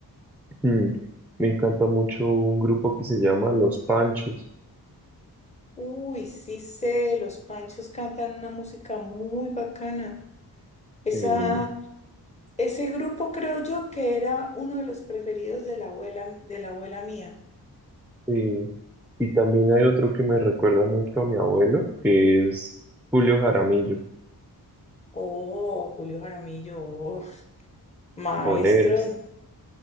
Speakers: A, in the centre; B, on the left.
A: <clears throat> mm, me encanta mucho un grupo que se llama Los Panchos.
B: Uy, sí sé, los Panchos cantan una música muy bacana. Esa,
A: eh,
B: ese grupo creo yo que era uno de los preferidos de la abuela, de la abuela mía.
A: eh, y también hay otro que me recuerda mucho a mi abuelo, que es Julio Jaramillo,
B: Oh, Julio Jaramillo, oh, maestro.
A: boleros.